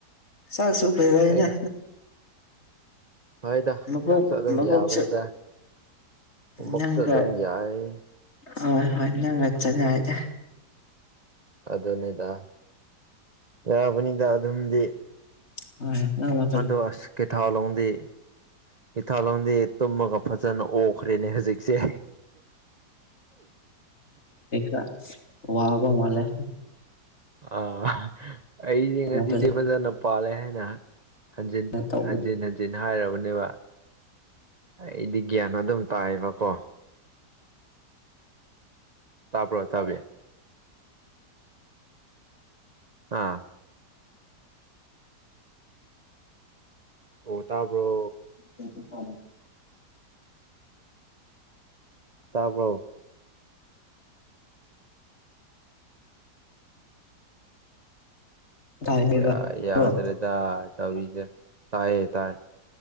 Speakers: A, on the left; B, on the right.
A: ꯆꯥꯛꯁꯨ ꯐꯖꯩꯅ
B: ꯑꯩꯅ ꯍꯣꯏꯗ
A: ꯂꯚꯣꯛ
B: ꯆꯥꯛꯁꯨ ꯑꯗꯨꯝ
A: ꯂꯕꯣꯛꯁꯨ
B: ꯌꯥꯕꯅꯤꯗ ꯊꯕꯛꯁꯨ
A: ꯅꯪꯒ
B: ꯑꯗꯨꯝ ꯌꯥꯏ
A: ꯍꯣꯏ ꯍꯣꯏ ꯅꯪꯒ ꯆꯅꯉꯥꯏꯗ
B: ꯑꯗꯨꯅꯤꯗ ꯌꯥꯕꯅꯤꯗ ꯑꯗꯨꯝꯗꯤ
A: ꯍ
B: ꯑꯗꯣ ꯑꯁ ꯀꯩꯊꯥꯎ ꯂꯧꯗꯦ ꯀꯩꯊꯥꯎ ꯂꯧꯗꯦ ꯇꯨꯝꯃꯒ ꯐꯖꯅ ꯑꯣꯈ꯭ꯔꯦꯅꯦ ꯍꯧꯖꯤꯛꯁꯦ
A: <unintelligible> ꯋꯥꯕ ꯃꯂꯦ
B: ꯑꯥ ꯑꯩꯁꯦ
A: ꯐꯖꯅ
B: ꯉꯁꯤꯗꯤ ꯐꯖꯅ ꯄꯥꯜꯂꯦ ꯍꯥꯏꯅ ꯍꯟꯖꯤꯟ
A: ꯇꯧꯕꯗꯨꯗ
B: ꯍꯟꯖꯤꯟ ꯍꯟꯖꯤꯟ ꯍꯥꯏꯔꯕꯅꯦꯕ ꯑꯩꯗꯤ ꯒ꯭ꯌꯥꯟ ꯑꯗꯨꯝ ꯇꯥꯏꯑꯕꯀꯣ ꯇꯥꯕ꯭ꯔꯣ ꯇꯥꯕꯤꯌꯨ ꯑꯥ ꯑꯣ ꯇꯥꯕ꯭ꯔꯣ
A: ꯎꯝ ꯑꯣ
B: ꯇꯥꯕꯣ
A: ꯇꯥꯏꯅꯦꯕ
B: ꯑ ꯌꯥꯗ꯭ꯔ
A: ꯕ꯭ꯔꯣ
B: ꯇ ꯇꯕꯤꯁꯦ ꯇꯥꯏ ꯇꯥꯏ